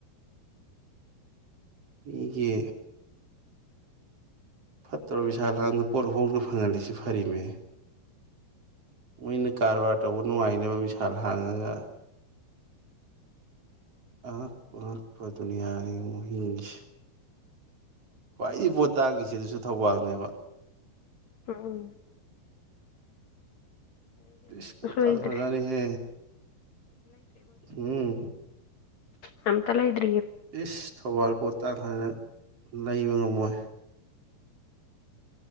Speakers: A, on the right; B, on the left.
A: ꯑꯩꯒꯤ ꯐꯠꯇ꯭ꯔꯣ ꯕꯤꯁꯥꯜ ꯍꯥꯡꯗ ꯄꯣꯠ ꯍꯧꯣꯡꯗꯅ ꯐꯪꯍꯜꯂꯤꯁꯤ ꯐꯔꯤꯅꯦ ꯃꯣꯏꯅ ꯀꯔꯕꯥꯔ ꯇꯧꯕ ꯅꯨꯡꯉꯥꯏꯅꯕ ꯕꯤꯁꯥꯜ ꯍꯥꯡꯉꯒ ꯑꯔꯛ ꯑꯔꯛꯄ ꯗꯨꯅꯤꯌꯥꯒꯤ ꯃꯍꯤꯡꯁ ꯈ꯭ꯋꯥꯏꯗꯒꯤ ꯄꯣꯠ ꯇꯥꯉꯁꯤ ꯑꯗꯨꯁꯨ ꯊꯧꯕꯥꯜꯅꯦꯕ
B: ꯎꯝ ꯎ
A: ꯄꯤꯁ ꯄꯣꯇꯥ
B: ꯂꯩꯇ꯭ꯔꯦ
A: ꯈꯔꯖꯅꯤ ꯍꯦ ꯎꯝ
B: ꯅꯝ ꯇꯂ ꯏꯦ
A: ꯏꯁꯁ ꯊꯕ ꯄ ꯇꯥꯡ ꯐꯅ ꯂꯩꯕ ꯉꯝꯃꯣꯏ